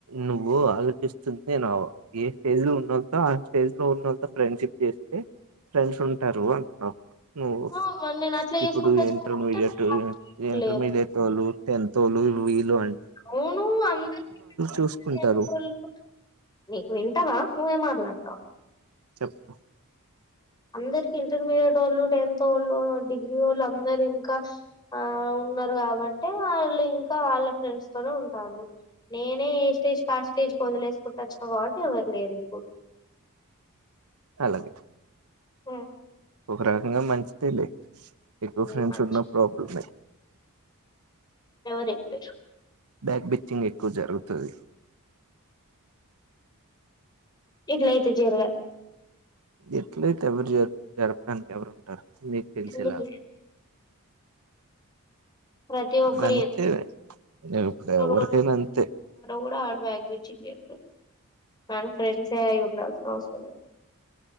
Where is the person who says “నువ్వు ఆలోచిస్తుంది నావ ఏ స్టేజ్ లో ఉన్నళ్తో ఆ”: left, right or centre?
Right